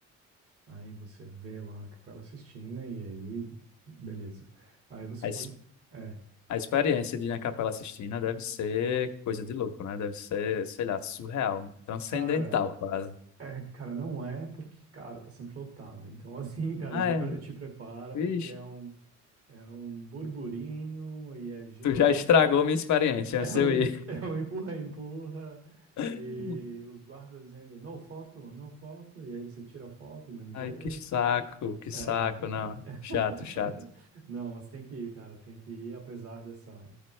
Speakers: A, on the right; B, on the left.
A: Aí você vê lá a Capela Sistina e aí, beleza. Aí você
B: A,
A: pode.
B: ex-
A: É,
B: a experiência de ir na Capela Sistina deve ser coisa de louco, né? Deve ser, sei lá, surreal, transcendental
A: cara,
B: quase.
A: é, cara, não é porque, cara, tá sempre lotada. Então, <laughs> assim, cara,
B: Ah,
A: te,
B: é.
A: pre- te prepara porque
B: Ixi,
A: é um, é um burburinho e é gente.
B: tu já estragou minha experiência
A: É
B: antes
A: um,
B: de eu
A: em-
B: ir.
A: <laughs> é um empurra, empurra,
B: <laughs>
A: e os guardas dizendo no foto, no foto, e aí você tira a foto do mesmo
B: Ai,
A: jeito.
B: que saco, que
A: É.
B: saco, não. Chato,
A: <laughs>
B: chato.
A: Não, mas tem que ir, cara, tem que ir, apesar dessa,